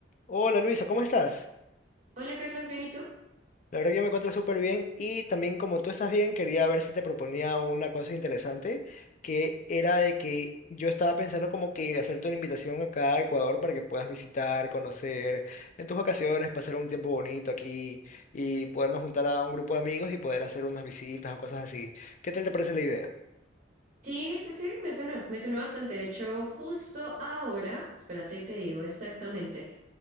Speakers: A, on the left (about 40°); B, on the right (about 40°).
A: Hola Luisa, ¿cómo estás?
B: Hola Carlos, ¿bien y tú?
A: La verdad que yo me encuentro súper bien y también como tú estás bien, quería ver si te proponía una cosa interesante, que era de que yo estaba pensando como que hacerte una invitación acá a Ecuador para que puedas visitar, conocer en tus vacaciones, pasar un tiempo bonito aquí y podernos juntar a un grupo de amigos y poder hacer unas visitas o cosas así. ¿Qué tal te parece la idea?
B: Sí, sí, sí, me suena, me suena bastante. De hecho, justo ahora, espérate y te digo exactamente,